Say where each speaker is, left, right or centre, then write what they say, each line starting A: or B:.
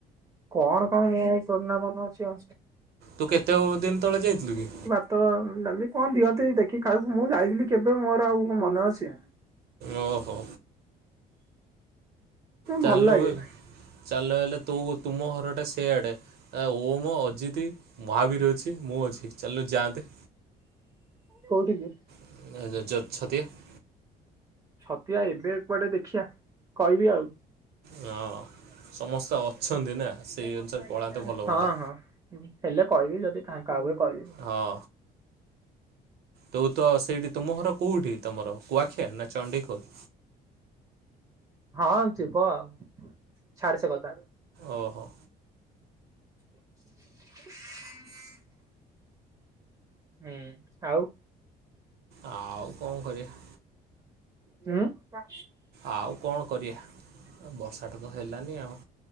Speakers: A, on the right; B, on the right.
A: କଣ କଣ ମୁ କରୋନା ମନ ଅଛି।
B: ତୁ କେତେ ଦିନ ତଳେ ଯାଇଥିଲୁ କି।
A: ତ ଯାଲି କଣ ଦିଅନ୍ତି ଦେଖି କାହାକୁ ମୁଁ ଯାଇଥିଲି। କେବେ ମୋର ଆଉ ମନେ ଅଛି।
B: ଓହୋ। ଚାଲ
A: ଭଲ ଲାଗେ
B: ଚାଲୁ ହେଲେ ତ ତୁମ ଘରଟେ ସେଆଡ଼େ। ଆ ଓ ମୋ, ଅଜିତ, ମହାବୀର, ଅଛି ମୁଁ ଅଛି ଚାଲିଲୁ ଯାଆନ୍ତେ।
A: କୋଉଠିକ କି?
B: <unintelligible>
A: ସତଆ ଏବେ କୁଆଡେ ଦେଖିଆ କହିବି ଆଉ।
B: ହଁ
A: <inaudible>
B: ସମସ୍ତେ ଅଛନ୍ତି ନା ସେଇ ଅନୁସାରେ ପଳାନ୍ତେ ଭଲ ହୁଅନ୍ତା
A: ହଁ ହଁ। ହେଲେ କହିବି ଯଦି କାଁ କ ଆଗ କହିବି।
B: ହଁ। ତୁ ତ ସେଇଠି ତୁମ ଘର କୋଉଁଠି ତମର କୁଆଖିଆ ନା ଚଣ୍ଡଖୋଲ?
A: ହଁ ଯିବ ଆଉ ଛାଡ ସେ କଥା।
B: ଓହୋ।
A: ହଁ। ହୁଁ ଆଉ।
B: ଆଉ କଣ କରିବା।
A: ହଁ। ହ।
B: ଆଉ କ ଣ କରିବା ବର୍ଷାଟା ତ ହେଲାନି ଆଉ।